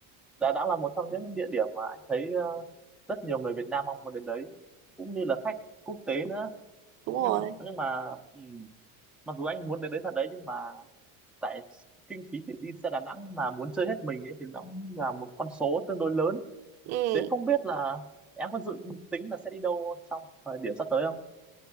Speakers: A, in the centre; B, on the right (about 40°).
A: là Đà Nẵng là một trong những địa điểm mà anh thấy ờ, rất nhiều người Việt Nam mong muốn đến đấy cũng như là khách quốc tế nữa
B: đúng rồi.
A: nhưng mà, nhưng mà ừm, mặc dù anh muốn đến đấy thật đấy nhưng mà tại kinh phí để đi xe Đà Nẵng mà muốn chơi hết mình ấy thì nó cũng là một con số tương đối lớn
B: Ừ.
A: thế không biết là em có dự tính là sẽ đi đâu trong thời điểm sắp tới